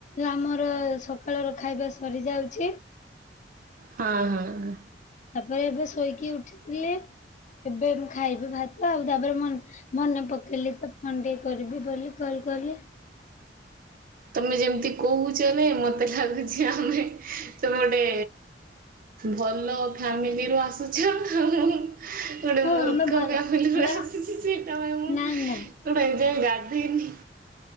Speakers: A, on the left; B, on the right.
A: ଆମର ସକାଳ ର ଖାଇବା ସରି ଯାଉଛି।
B: ହଁ ହଁ ହଁ।
A: ତାପରେ ଏବେ ଶୋଇକି ଉଠିଲି ଏବେ ମୁଁ ଖାଇବି ଭାତ, ଆଉ ତାପରେ ମନେ ପକେଇଲି ତ ଫୋନ ଟିକେ କରିବି ବୋଲି କଲ କଲି।
B: ତମେ ଯେମିତି କହୁଛଲେ ମତେ ଲାଗୁଛି ଆମେ ତମେ ଗୋଟେ ଭଲ ଫାମିଲିରୁୁ ଆସୁଛ ଆଉ। ଗୋଟେ
A: ହଁ
B: ମୂର୍ଖ
A: ଆମେ ଭାର
B: ଫାମିଲ
A: ଆମେ
B: ରୁ ଆସିଛି ତା ପରେ ମୁଁ
A: ନା
B: ମୁଁ
A: ନା
B: ବା ଏ ଯାଏ ଗାଧେଇନି।